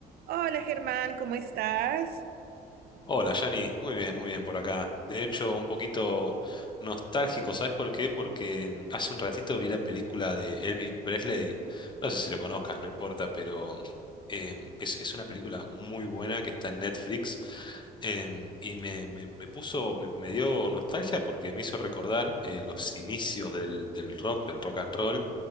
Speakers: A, on the right (about 65°); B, on the left (about 25°).
A: Hola Germán, ¿cómo estás?
B: Hola, Yanni. Muy bien, muy bien por acá. De hecho, un poquito nostálgico, ¿sabes por qué? Porque hace un ratito vi la película de Elvis Presley. No sé si lo conozcas, no importa, pero em, es, es una película muy buena que está en Netflix. em, y me, me- me puso, me, me dio nostalgia porque me hizo recordar eh, los inicios del, del rock, del rock and roll